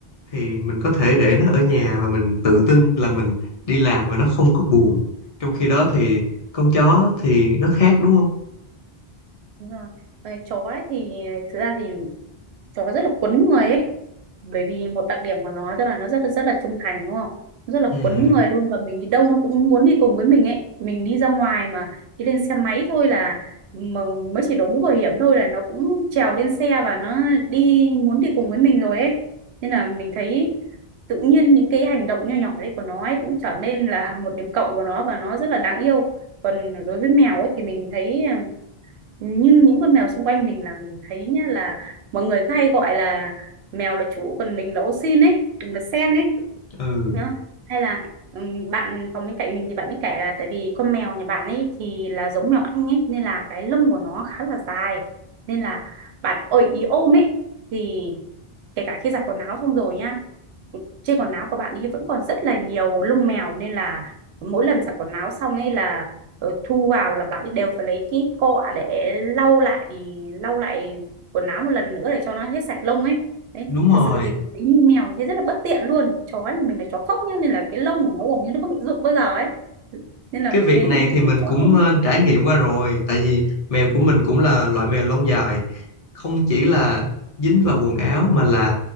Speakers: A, on the left (about 40°); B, on the right (about 85°).
A: thì mình có thể
B: ừ,
A: để
B: ừ, ừ, ừ.
A: nó ở nhà và mình tự tin là mình đi làm và nó không có buồn trong khi đó thì con chó thì nó khác đúng không
B: đúng rồi Ờ, chó ấy thì thực ra thì chó rất là quấn người ấy bởi vì một đặc điểm của nó tức là nó rất là rất là trung thành đúng không Nó rất là
A: ừ,
B: quấn người luôn và mình đi đâu nó cũng muốn đi cùng với mình ấy mình đi ra ngoài mà đi lên xe máy thôi là mà mới chỉ đội mũ bảo hiểm thôi là nó cũng trèo lên xe và nó đi muốn đi cùng với mình rồi ấy nên là mình thấy tự nhiên những cái hành động nho nhỏ đấy của nó ấy cũng trở nên là một điểm cộng của nó và nó rất là đáng yêu còn đối với mèo ấy thì mình thấy à, như những con mèo xung quanh mình là mình thấy nhá là mọi người cứ hay gọi là mèo là chủ còn mình là ô xin ấy mình là sen ấy
A: ừ
B: đó. hay là ừm, bạn phòng bên cạnh mình thì bạn ấy kể là tại vì con mèo nhà bạn ấy thì là giống mèo Anh ấy nên là cái lông của nó khá là dài nên là bạn ơi ý ôm ấy thì kể cả khi giặt quần áo xong rồi nhá trên quần áo của bạn ấy vẫn còn rất là nhiều lông mèo nên là mỗi lần giặt quần áo xong ấy là rồi thu vào là bạn ấy đều phải lấy cái cọ để lau lại lau lại quần áo một lần nữa để cho nó hết sạch lông ấy đấy
A: đúng rồi
B: thực sự thì mình thấy như mèo thế rất là bất tiện luôn chó thì mình là chó phốc nhá nên là cái lông của nó gần như nó không bị rụng bao giờ ấy nên là
A: cái
B: mình
A: việc
B: thấy
A: này
B: mình thích
A: thì mình
B: con chó
A: cũng
B: hơn ấy.
A: ờ, trải nghiệm qua rồi tại vì mèo của mình cũng là loại mèo lông dài không chỉ là dính vào quần áo mà là